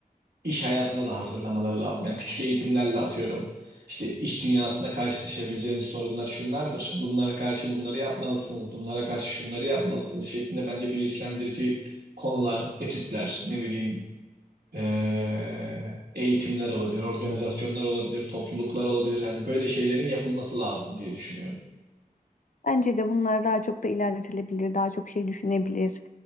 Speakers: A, on the right; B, on the left.
A: iş hayatına da hazırlamaları lazım. Yani küçük eğitimlerle atıyorum. İşte iş dünyasında karşılaşabileceğiniz sorunlar şunlardır. Bunlara karşı bunları yapmalısınız. Bunlara karşı şunları yapmalısınız şeklinde bence bilinçlendirici konular, etütler, ne bileyim ee, eğitimler olabilir, organizasyonlar olabilir, topluluklar olabilir. Hani böyle şeylerin yapılması lazım diye düşünüyorum.
B: Bence de bunlar daha çok da ilerletilebilir, daha çok şey düşünebilir.